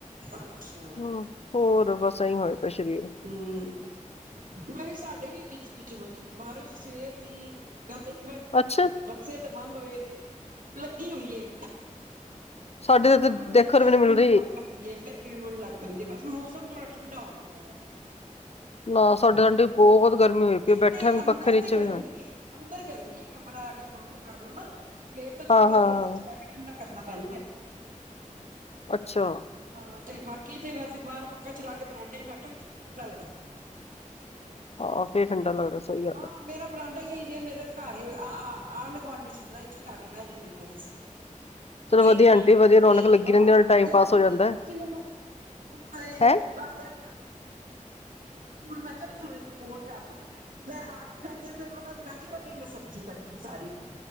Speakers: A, on the right; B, on the left.
A: ਅੱਛਾ
B: ਹਮ ਹੋਰ, ਬਸ। ਐਈ ਹੋਇਆ ਪਿਆ ਸਰੀਰ।
A: ਹਮ, ਮੈਂ ਵੀ ਸਾਡੇ ਵੀ ਖੱਚ- ਕਿੱਚ ਮ ਬਾਰਿਸ਼ ਸਵੇਰ ਦੀ ਕ ਤੇ ਇੱਕ ਵਾਰੀ
B: ਅੱਛਾ
A: ਬੱਚੇ ਤੇ ਬੰਦ ਹੋਏ ਲੱਗੀ ਹੋਈਏ।
B: ਸਾਡੇ
A: ਹੁਣ
B: ਤਾਂ
A: ਬੰਦ
B: ਦੇਖਣ
A: ਫੇਰ
B: ਵੀ ਨੀ ਮਿਲ
A: ਕਿਮਣ
B: ਰਹੀ।
A: ਲੱਗਦੀ ਫੇਰ ਕਿਣਮਣ ਲੱਗ ਹਾਂਜੀ, ਬਸ ਮੌਸਮ ਥੋੜਾ ਠੰਡਾ ਹੋ ਗਿਆ।
B: ਨਾ ਸਾਡੇ
A: ਨਹੀਂ-
B: ਤਾਂ ਆਂਟੀ ਬਹੁਤ ਗਰਮੀ ਹੋਈ ਪਈ ਬੈਠਾ
A: ਨਹੀਂ
B: ਵੀ
A: ਅੰਦਰ
B: ਪੱਖੇ ਨੀਚੇ
A: ਤੇ
B: ਵੀ
A: ਗਰਮੀ
B: ਹਾਂ
A: ਹੈ ਅੰਦਰ ਗਰਮੀ ਹੈ। ਕਮਰਾ ਅਗਰ ਬੰਦ ਕਰ ਲੋ ਨਾ। ਫੇਰ ਤਾਂ ਥੋੜਾ
B: ਹਾਂ
A: ਬਹੁਤ
B: ਹਾਂ
A: ਚਲਾ ਕੇ ਠੰਢਾ ਕਰਨਾ ਪੈਂਦਾ ਹੈ।
B: ਅੱਛਾ।
A: ਹਾਂ, ਤੇ ਬਾਕੀ ਤੇ ਵੈਸੇ ਬਾਹਰ ਪੱਖਾ ਚਲਾ ਕੇ ਬਰਾਂਡੇ ਚ' ਬੈਠਣ ਠੰਡਾ ਲੱਗਦਾ।
B: ਆਹੋ! ਫਿਰ ਠੰਡਾ ਲੱਗਦਾ ਸਹੀ ਗੱਲ।
A: ਹਾਂ ਮੇਰਾ ਬਰਾਂਡਾ ਹੀ ਹੀ ਜੇ ਮੇਰੇ ਅ ਘਰ ਆਂਢ- ਗੁਆਂਢੀ ਸ਼ੀਦਲਾ ਇੱਥੇ ਹੀ ਆ ਕੇ ਬਹਿ ਜਾਂਦੀਆਂ।
B: ਚਲੋ
A: ਕਿੜ
B: ਵਧੀਆ ਆਂਟੀ
A: ਆ
B: ਵਧੀਆ ਰੌਣਕ ਲੱਗੀ
A: ਹਾਂ,
B: ਰਹਿੰਦੀ ਨਾਲੇ ਟਾਈਮ
A: ਧਿਆਣੀ
B: ਪਾਸ ਹੋ ਜਾਂਦਾ
A: ਤੁਸੀਂ ਮੈਨੂੰ ਕੋ
B: ਹੈ।
A: ਭਡ ਤੇਲ ਮੈਂ ਕਿਹਾ ਵੀ ਤੁਹਾਨੂੰ ਇੱਕ ਕੋਲ ਕਰ ਲਾ ਮੈਂ ਆ ਕੇ ਬੈ ਗ ਫ ਉਹਨਾ ਦੇ ਬੈਠੇ- ਬੈਠੇ ਮੈਂ ਸਬਜ਼ੀ ਕੱਟੀ ਸਾਰੀ।